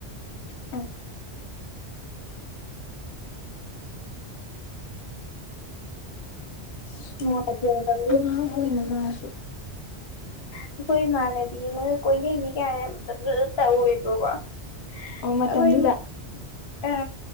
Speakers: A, on the left; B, on the left.
A: <unintelligible> ꯁꯨꯝ
B: ꯅꯨꯡꯉꯥꯏꯇꯦ ꯃꯇꯝꯗꯨꯗ
A: ꯑꯉꯥꯡ ꯑꯣꯏꯅ ꯃꯥꯁꯨ
B: ꯑꯩꯈꯣꯏ ꯏꯃꯥꯟꯅꯕꯤ ꯑꯃꯒ ꯀꯣꯏꯅꯩꯅꯤ ꯀꯥꯏꯅ ꯃꯇꯝꯗꯨꯗ ꯇꯧꯋꯦꯕꯀꯣ <unintelligible>
A: ꯑꯣ ꯃꯇꯝꯗꯨꯗ <inaudible>
B: <unintelligible>